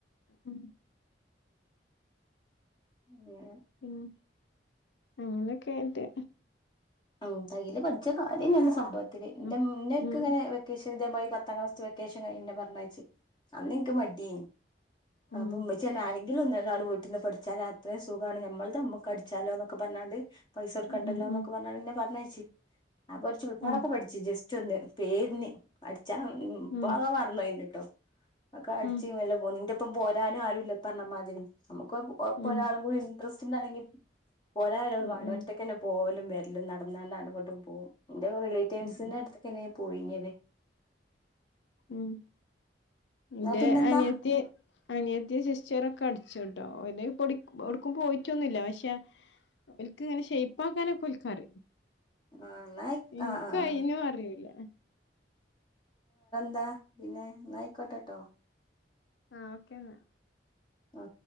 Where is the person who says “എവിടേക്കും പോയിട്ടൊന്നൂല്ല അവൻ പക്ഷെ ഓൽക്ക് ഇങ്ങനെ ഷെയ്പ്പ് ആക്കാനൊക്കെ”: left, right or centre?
Left